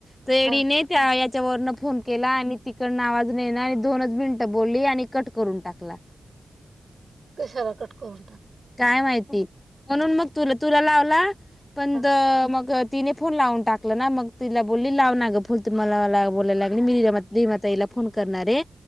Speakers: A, on the left; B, on the right.
A: त एडीने
B: हा
A: त्या याच्यावरन फोन केला आणि तिकडनवाजून ये ना आणि दोनच मिनट बोलली आणि कट करून टाकला
B: कशहरा कटकोर
A: काय माहिती म्हणून मग तु तुला लावला पण
B: हा
A: मग तिने फोन लावून टाकलं ना मग तिला बोलली लाव ना गं फुल तर मला बोलायलागल मीि मातईला फोन करणारे